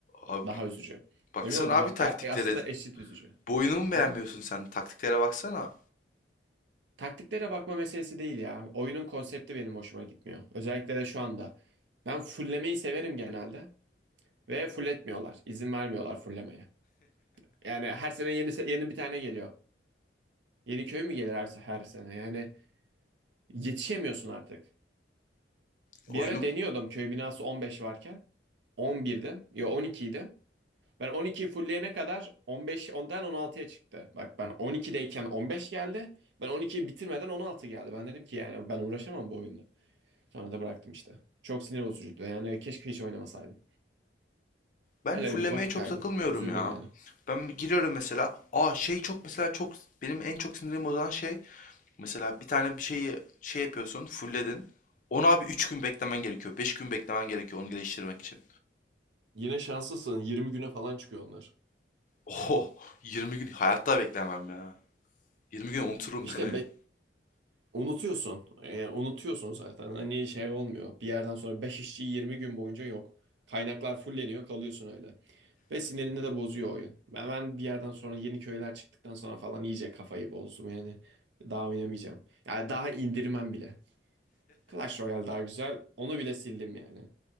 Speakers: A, on the left (about 45°); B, on the right (about 80°).
A: Abi
B: Daha üzücü.
A: baksana
B: Emin ol daha
A: abi taktiklere.
B: ya e, aslında eşit üzücü.
A: Bu oyunu mu beğenmiyorsun
B: Hı?
A: sen? Taktiklere baksana.
B: Taktiklere bakma meselesi değil ya. Oyunun konsepti benim hoşuma gitmiyor. Özellikle de şu anda. Ben fullemeyi severim genelde ve fulletmiyorlar. İzin vermiyorlar fullemeye. Yani her sene yeni se- yeni bir tane geliyor. Yeni köy mü gelir her, se- her sene? Yani Yetişemiyorsun artık.
A: Oyunu
B: Bir ara deniyordum köy binası 15 varken. 11'dim. Ya 12'ydim. Ben 12'yi fulleyene kadar 15 ondan 16'ya çıktı. Bak ben 12'deyken 15 geldi. Ben 12'yi bitirmeden 16 geldi. Ben dedim ki yani ben uğraşamam bu oyunda. Sonra da bıraktım işte. Çok sinir bozucuydu. Yani keşke hiç oynamasaydım.
A: Ben
B: Öyle
A: fullemeye
B: bir vakit
A: çok
B: kaybı.
A: takılmıyorum
B: Üzüldüm
A: ya.
B: yani.
A: Ben giriyorum mesela. Aa şey çok mesela çok benim en çok sinirim bozan şey mesela bir tane bir şeyi şey yapıyorsun, fullledin. Onu abi 3 gün beklemen gerekiyor. beş gün beklemen gerekiyor onu geliştirmek için.
B: Yine şanslısın. 20 güne falan çıkıyor onlar.
A: Oho 20 gün hayatta beklemem ya. 20 gün unuturum
B: İşte
A: ben oyunu.
B: Unutuyorsun. E, unutuyorsun zaten. Hani şey olmuyor. Bir yerden sonra 5 işçi 20 gün boyunca yok. Kaynaklar fulleniyor, kalıyorsun öyle. Ve sinirini de bozuyor oyun. Ben, ben bir yerden sonra yeni köyler çıktıktan sonra falan iyice kafayı bozdum yani. Daha oynamayacağım. Yani daha indirmem bile. Clash Royale daha güzel. Onu bile sildim yani.